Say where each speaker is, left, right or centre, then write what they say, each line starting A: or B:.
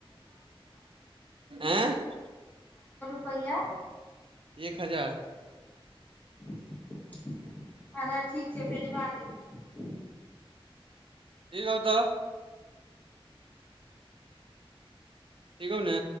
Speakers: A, on the right; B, on the left.
A: आँ
B: रपहियआा
A: एक हजार
B: अच्छा ठीक छै भेजवा देबू
A: हगबत ठ कहौ ने